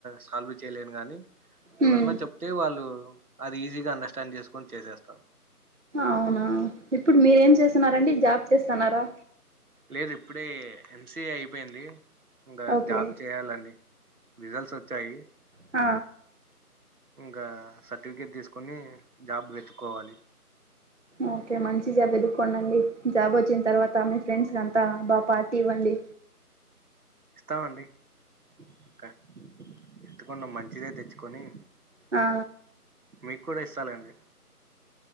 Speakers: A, on the right (about 65°); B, on the right (about 50°).
A: సాల్వ్ చేయలేను గానీ ఎవరన్న
B: ఉమ్
A: చెప్తే వాళ్ళు అది ఈజీగా అండర్స్టాండ్ చేసుకొని చేసేస్తా
B: అవునా ఇప్పుడు మీరేం చేస్తన్నారండి జాబ్ చేస్తన్నారా
A: లేదు ఇప్పుడే ఎంసిఏ అయిపోయింది ఇంకా
B: ఓకే
A: జాబ్ చేయాలండి రిజల్ట్స్ వచ్చాయి
B: ఆ
A: ఇంకా సర్టిఫికేట్ తీసుకొని జాబ్ వెత్తుకోవాలి
B: ఓకే మంచి జాబ్ ఎదుకొండండి జాబ్ వచ్చిన తర్వాత మీ ఫ్రెండ్స్ కంతా బా పార్టీ ఇవ్వండి
A: ఇస్తామండి ఇక ఎతుకున్దాం మంచిదే తెచ్చుకొని
B: ఆ
A: మీక్కూడా ఇస్తాలేన్డి